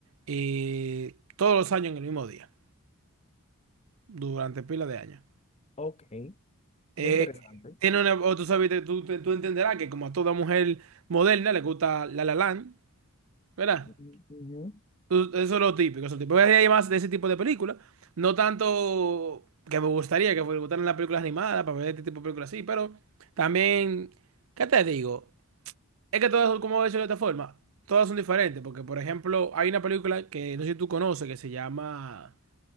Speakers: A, on the right; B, on the left.
A: eh, todos los años en el mismo día, durante pila de años.
B: ok.
A: Eh,
B: Muy interesante.
A: tiene una, o tú sabes, tú, tú- tú entenderás que como a toda mujer moderna le gusta La La Land, ¿verdad?
B: Mm, ujú.
A: Tú- Eso es lo típico, eso es lo típico. Hay más de ese tipo de películas. No tanto que me gustaría que me gustaran las películas animadas para ver este tipo de películas así, pero también, ¿qué te digo? Es que todas, son, como he dicho de esta forma, todas son diferentes. Porque, por ejemplo, hay una película que no sé si tú conoces que se llama